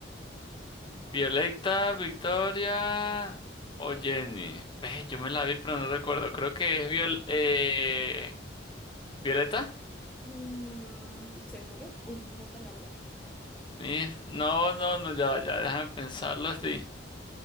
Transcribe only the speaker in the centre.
Mm, ¿seguro? Última palabra.